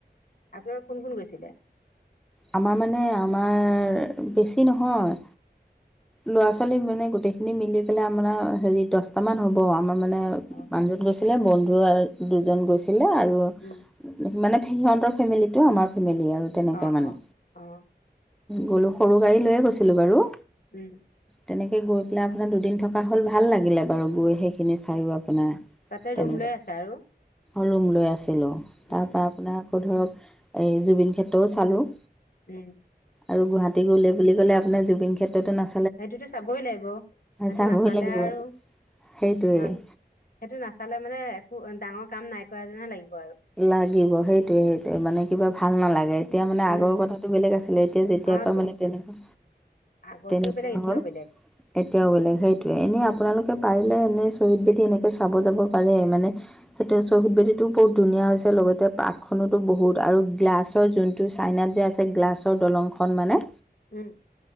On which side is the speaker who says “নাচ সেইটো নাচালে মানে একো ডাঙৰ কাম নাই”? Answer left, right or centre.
Left